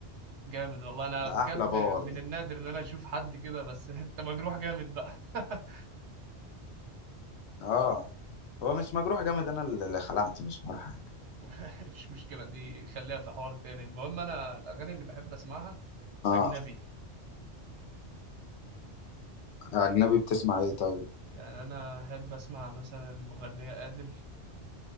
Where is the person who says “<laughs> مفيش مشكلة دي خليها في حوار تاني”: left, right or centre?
Right